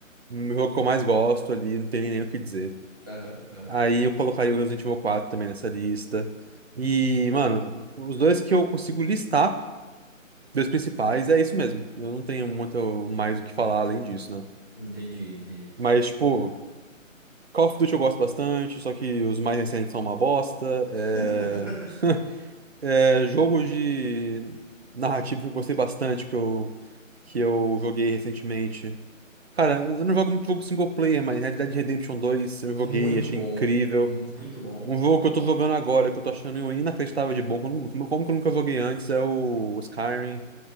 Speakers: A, on the right; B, on the right.
A: o jogo que eu mais gosto ali, não tem nem o que dizer.
B: Aham, aham.
A: Aí eu colocaria o Resident Evil quatro também nessa lista. E, mano, os dois que eu consigo listar Dois principais, é isso mesmo. Eu não tenho muito mais o que falar além disso, né?
B: Entendi, entendi.
A: Mas, tipo, Call of Duty eu gosto bastante, só que os mais recentes são uma bosta.
B: <laughs>
A: É... <laughs> é, jogo de narrativa que eu gostei bastante, que eu, que eu joguei recentemente. Cara, eu não jogo muito jogo single player, mas Red Dead Redemption dois eu joguei,
B: Muito
A: achei
B: bom,
A: incrível.
B: muito bom.
A: Um jogo que eu tô jogando agora, que eu tô achando inacreditável de bom, como, como que eu nunca joguei antes, é o Skyrim.